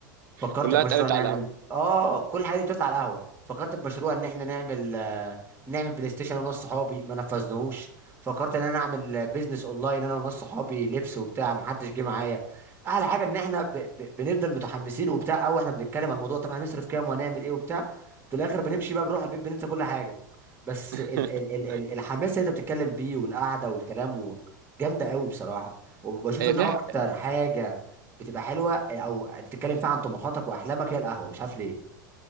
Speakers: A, on the right; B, on the right.
A: فكرت
B: كلها
A: في مشروع
B: اتقالت
A: نعمل
B: على القهوة
A: اه كل الحاجات دي بتطلع على القهوه فكرت في مشروع ان احنا نعمل آه، نعمل بلاي ستيشن انا وناس صحابي ما نفذناهوش فكرت ان انا اعمل بيزنس اونلاين انا وناس صحابي لبس وبتاع ما حدش جه معايا احلى حاجه ان احنا ب... ب... بنفضل متحمسين وبتاع او احنا بنتكلم على الموضوع طب هنصرف كام وهنعمل ايه وبتاع في الاخر بنمشي بقى بنروح البيت بننسى كل حاجه بس
B: <laughs>
A: ال... ال... ال... ال- الحماس اللي انت بتتكلم بيه والقعده والكلام و... جامده قوي بصراحه وبشوف
B: آه،
A: ان
B: في
A: اكتر
B: ح-
A: حاجه بتبقى حلوه آه، او بتتكلم فيها عن طموحاتك واحلامك هي القهوه مش عارف ليه